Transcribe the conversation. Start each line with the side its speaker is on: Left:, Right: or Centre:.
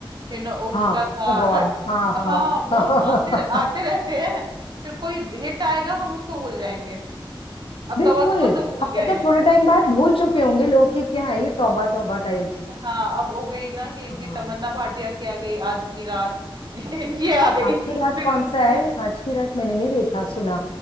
Right: फिर न वो उसका
Left: हाँ
Right: था
Left: ओ गॉड
Right: ना वो
Left: हाँ हाँ
Right: हाँ वो
Left: <laughs> हाँ
Right: आते रह, आते रहते हैं फिर कोई हिट आएगा हम उसको भूल जाएंगे अब
Left: बिल्कुल
Right: तौबा तौबा सब भूल
Left: अब
Right: गए
Left: मतलब
Right: हैं
Left: थोड़े टाइम बाद भूल चुके होंगे लोग कि क्या है ये तौबा तौबा टाइप्स
Right: हाँ अब हो गई ना कि इनकी
Left: हाँ
Right: तमन्ना भाटिया की आ गई आज की रात <laughs> ये ये आ गई
Left: आज की
Right: फिर
Left: रात कौन
Right: उसके
Left: सा है आज की रात मैंने नहीं देखा सुना